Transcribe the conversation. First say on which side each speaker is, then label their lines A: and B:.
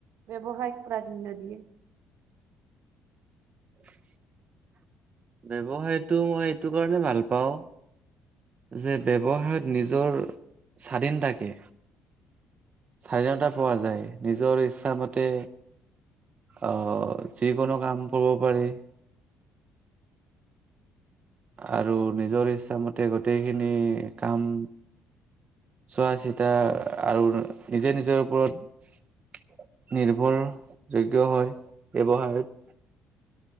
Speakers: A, on the right; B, on the right.
A: ব্যৱসায়ক প্ৰাধান্য দিয়ে?
B: <inaudible> ব্যৱসায়টো মই এইটো কাৰণে ভাল পাওঁ যে ব্যৱসায়ত নিজৰ স্বাধীন থাকে। স্বাধীনতা পোৱা যায়। নিজৰ ইচ্ছামতে অ', যিকোনো কাম কৰিব পাৰি। আৰু নিজৰ ইচ্ছামতে গোটেইখিনি কাম চোৱা-চিতা আৰু নিজে নিজৰ ওপৰত নিৰ্ভৰযোগ্য হয় ব্যৱসায়ত।